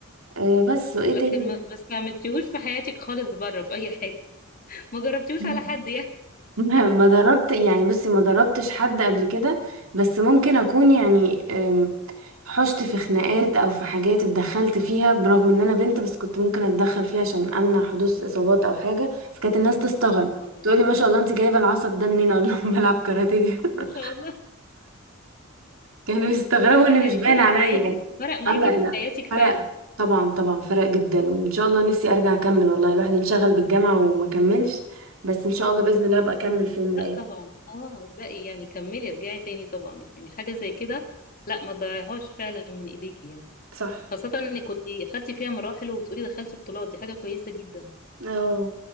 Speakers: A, on the right; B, on the left.
A: أه بس وايه
B: لكن
A: تاني
B: ما ما استعملتيهوش في حياتك خالص بره في اي حاجة <laughs> ما جربتيهوش
A: <laughs>
B: على حد يعني
A: <laughs> ما ما دربت يعني بصي ما دربتش حد قبل كده بس ممكن اكون يعني أم، حشت في خناقات او في حاجات اتدخلت فيها برغم ان انا بنت بس كنت ممكن اتدخل فيها عشان امنع حدوث اصابات او حاجه فكانت الناس تستغرب
B: اه اه
A: تقولي ما شاء الله انت جايبه العصب ده منين <laughs> اقول لهم بلعب كاراتيه <laughs>
B: ما شاء الله
A: كانوا يستغربوا
B: <laughs>
A: ان
B: يعني
A: مش باين
B: فرق
A: عليا
B: معاكي فرق معاكي
A: اه لا لا
B: في حياتك فعلا
A: فرق طبعا طبعا فرق جدا وان شاء الله نفسي ارجع اكمل والله الواحد انشغل بالجامعه وما كملش بس ان شاء الله باذن الله ابقى اكمل في يوم من الايام
B: لا طبعا اه باقي يعني كملي ارجعي تاني طبعا يعني حاجة زي كده لا ما تضيعيهاش فعلا من ايديكي يعني
A: صح
B: خاصة انك كنت خدتي فيها مراحل وبتقولي دخلتي بطولات دي حاجة كويسة جدا
A: اه